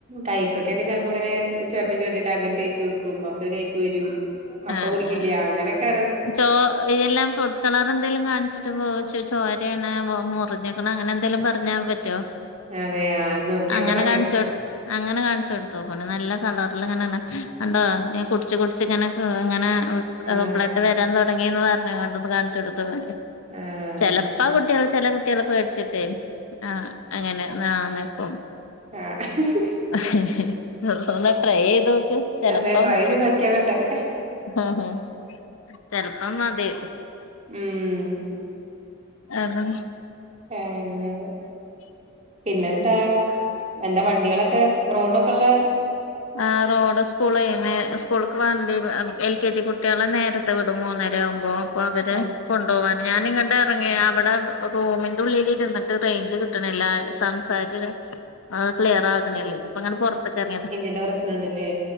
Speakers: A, on the right (about 30°); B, on the left (about 70°).
A: കയ്പ്പക്കൊക്കെ ചെലപ്പോ ഇങ്ങനെ- ചൊരണ്ടി ചൊരണ്ടീട്ട് അങ്ങനെ തേച്ചു കൊടുക്കും അപ്പൊ ഒര് കൈപ്പ് വരും അപ്പ
B: ആ
A: കുടിക്കില്ല
B: ആ
A: അങ്ങനെക്കെ-
B: ചോ ഇതെല്ലാം ഫുഡ് കളർ എന്തെലും കാണിച്ചിട്ട് ചോരയാണ്- ആ മുറിഞ്ഞക്ക്ണ് അങ്ങനെ എന്തെലും പറഞ്ഞാ പറ്റോ
A: അതെ ആഹ് നോക്കിയോക്കണം
B: അങ്ങനെ കാണിച്ചടോ അങ്ങനെ കാണിച്ച് കൊടുത്തൊക്കൊണ്ട് നല്ല കളറിൽ ഇങ്ങനെ- കണ്ടോ നീ കുടിച്ച് കുടിച്ച് ഇങ്ങനെ ഇങ്ങനെ
A: ആഹ്
B: ബ്ലഡ് വരാൻ തുട- ങ്ങീന്ന് പറഞ്ഞിക്കാണ്ട് ഒന്ന് കാണിച്ചോട്തോക്ക്
A: ആഹ്
B: ചെലപ്പോ കുട്ടികൾ ചെല - കുട്ടികൾ പേടിച്ചിട്ടേ ആ അങ്ങനെ ന നിക്കും
A: ആ ഹിഹി
B: ഹിഹി ദിവസം ഒന്ന് ട്രൈ ചെയ്തോക്ക് ചെലപ്പം-
A: അതെ ട്രൈ ചെയ്ത് നോക്കിയോക്കട്ടെ
B: ഹ ഹ ചെല്പ്പം മതി
A: ഉം
B: ആഹാ
A: ആ അങ്ങനെ പിന്നെ- എന്താ എന്താ വണ്ടികളൊക്കെ റോഡൊക്കെയുള്ളെ
B: ആഹ് റോഡ സ് - സ്കൂളെ സ്കൂൾക്ക് വണ്ടി എൽ കെ ജി കുട്ടികളെ നേരത്തെ വിടും മൂന്നര ആവുമ്പോ പ്പൊ അവരെ
A: ആഹ്
B: കൊണ്ടോവാൻ ഞാനിങ്ങട്ട് ഇറങ്ങിയ അവിടെ റൂമിന്റെ ഉള്ളില് ഇരുന്നിട്ട് റേഞ്ച് കിട്ട്ണില്ല സംസാര്ത് ല് അഹ് ക്ലിയർ ആക്ണില്ല. അപ്പൊ ങ്ങെട്ട് പൊർത്ത്ക്കെറങ്ങിയത
A: ന്റെ പ്രശ്നം ണ്ട് ല്ലേ?